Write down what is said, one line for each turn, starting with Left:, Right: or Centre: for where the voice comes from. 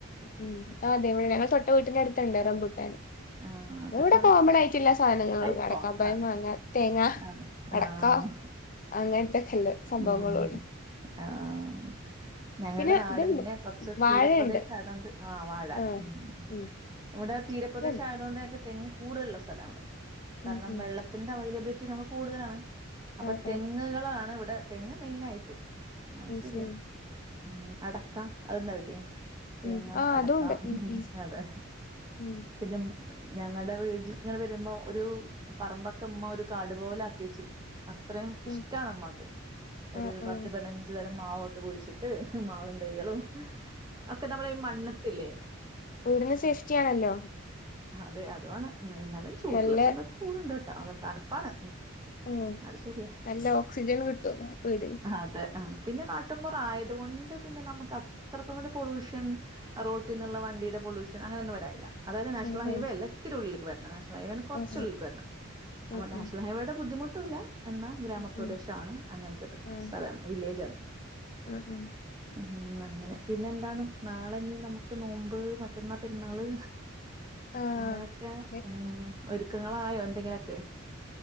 Left: ഉം അതെ ഇവിടെ ഞങ്ങൾ തൊട്ട വീട്ടിന്റെ അടുത്തുണ്ട് റംബു അഹ്
Right: ആഹ് അതൊക്കെ
Left: ഇവിടെ കോമൺ ആയിറ്റെല്ലാ സാധനങ്ങളുണ്ട്.
Right: ഇപ്പോ
Left: അടക്കാപ്പഴം
Right: ആഹ്
Left: മാങ്ങ തേങ്ങ.
Right: അതെ
Left: അടക്കാ
Right: ആഹ്
Left: അങ്ങനതൊക്കെ ല്ലേ സംഭവങ്ങളൊള്ള്.
Right: ഉം ആഹ്. ഞങ്ങളുടെ
Left: പിന്നെ
Right: നാട്
Left: ഇതുണ്ട്
Right: പിന്നെ കൊറച്ച്
Left: വാഴയുണ്ട്
Right: തീരപ്രദേശയതൊണ്ട് ആഹ് വാഴ
Left: ആഹ്
Right: ഉം
Left: ഉം
Right: ഇവടെ തീരപ്രദേശം
Left: ഇതുണ്ട്
Right: ആയതുകൊണ്ട് ഞങ്ങക്ക് തെങ്ങ് കൂടുലുള്ള സ്ഥലവടെ കാരണം
Left: ഉം ഉം
Right: വെള്ള ത്തിന്റെ അവൈലബിലിറ്റി നമുക്ക് കൂടുതലാണ് അപ്പൊ
Left: ആഹ്
Right: തെങ്ങുകളാണ് ഇവിടെ തെങ്ങ് മെയിനായിട്ട്.
Left: ആഹ്
Right: അത് ശരിയാ ഉം അടക്കാ അത് ണ്ടാവില്ല്യേ? തേങ്ങ
Left: ഉം ആഹ്
Right: അടക്ക
Left: അതുണ്ട് ഉം
Right: ഹ
Left: ഉം
Right: അതെ.
Left: ഉം.
Right: പിന്നെ <unintelligible> ഞങ്ങളടെ വീട്ടിൽക്കിങ്ങനെ വരുമ്പോ ഒരു പറമ്പക്കെ മ്മ ഒരു കാട്പോലെ ആക്കി വെച്ചിരി അത്രയും ഇഷ്ടാണ്
Left: ഉം
Right: മ്മാക്ക്. ഒരു
Left: ആഹ്
Right: പത്ത്
Left: ആഹ്
Right: പതിനഞ്ചു തരം മാവൊക്കെ കുഴിച്ചിട്ട് മാവിന്തൈകളും ഒക്കെ നമ്മള ഈ മണ്ണത്തില്ലേ
Left: വിടിന്ന് സേഫ്റ്റി ആണല്ലോ
Right: അതെ അതു ആണ് എന്നാലും ചൂടുള്ള
Left: നല്ല
Right: സമയത്ത് ചൂടുണ്ട് കേട്ടോ അത തണുപ്പാണ്
Left: ഉം
Right: അത് ശരിയാ
Left: നല്ല ഓക്സിജൻ കിട്ടും വീടിന്
Right: അതെ ആഹ് പിന്നെ നാട്ടുമ്പോറ ആയതുകൊണ്ട് പിന്നെ നമുക്ക് അത്രക്കും കൂടെ പൊയൂഷൻ റോട്ടീന്നുള്ള വണ്ടിയുടെ പൊല്യൂഷൻ അങ്ങനെയ ഒന്നും വരല്ല അതായത് നാഷണൽ
Left: ഉം
Right: ഹൈവേ
Left: ഉം
Right: അല്ല ഇത്തിരി ഉള്ളിലക്ക് വരണം നാഷണ ഹൈവേ നിന്ന് കുറച്ചള്ളിലക്ക്
Left: ഉം
Right: വരണം
Left: ഉം
Right: അപ്പോ നാഷണൽ
Left: ഉം
Right: ഹൈവേയുടെ ബുദ്ധിമുട്ടുല്ല എന്ന ഗ്രാമപ്രദേശണ്
Left: ഉം ഉം
Right: അങ്ങൻത്തെ ഒരു
Left: ആഹ്
Right: സ്ഥലാണ് വില്ലേജാണ്
Left: ഉം ഉം
Right: ഉം അങ്ങനെ പിന്നെ എന്താണ് നാളഞ്ഞി നമക്ക് നോമ്പ് മറ്റന്നാ പെരുന്നാള്
Left: ആഹ്
Right: അങ്ങനെയൊക്കെ
Left: അതെ
Right: ഉം ഒരുക്കങ്ങളായോ എന്തെങ്കിലൊക്കെ